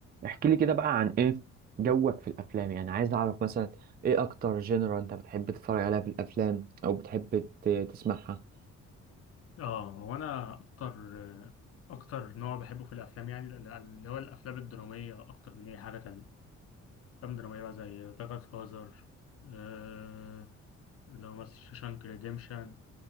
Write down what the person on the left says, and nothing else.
اه هو انا اكتر اكتر نوع بحبه في الافلام يعني اللي هو الافلام الدراميه اكتر من اي حاجه تانية افلام دراميه بقى زي ذا جاد فازر آه اللي هو مثلا شوشانك ريديمشن